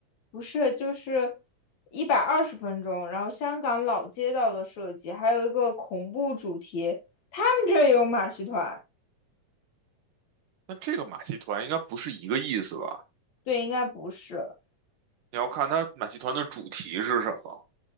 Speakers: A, on the left (about 60°); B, on the right (about 75°).
A: 不是，就是一百二十分钟，然后香港老街道的设计，还有一个恐怖主题，他们这也有马戏团，
B: 那这个马戏团应该不是一个意思吧？
A: 对，应该不是，
B: 你要看它马戏团的主题是什么。